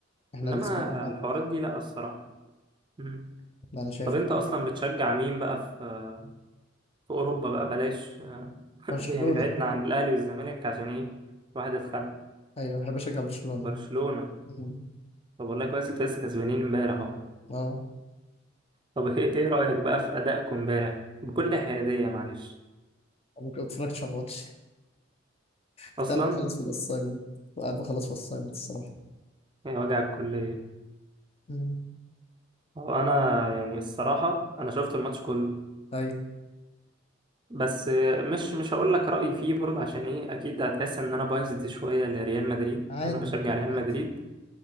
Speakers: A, on the left; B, on the right.
A: احنا
B: انما
A: السكواد بتاعنا
B: الحوارات
A: خلاص
B: دي لا الصراحه مم.
A: لا، انا شايف
B: طب
A: كده
B: انت اصلا بتشجع مين بقى في في اوروبا بقى بلاش آه، <laughs>
A: برشلونه
B: يعني بعدنا عن الاهلي والزمالك عشان ايه واحد اتخانق
A: ايوه بحب اشجع برشلونه
B: برشلونه
A: مم.
B: طب والله كويس انت لسه كسبانين امبارح اهو
A: اه
B: طب ايه إيه رايك بقى في ادائكم امبارح بكل حياديه معلش
A: انا كنت اتفرجتش على الماتش كنت
B: اصلا
A: قاعد بخلص في الاسايمنت كنت قاعد بخلص في الاسايمنت الصراحه
B: يا وجع الكليه
A: مم.
B: هو انا يعني الصراحه انا شفت الماتش كله
A: ايوه
B: بس مش مش هقول لك رأيي فيه برضه عشان ايه اكيد هتحس ان انا بايظد شوية لريال مدريد
A: عادي
B: ان انا بشجع ريال
A: عادي
B: مدريد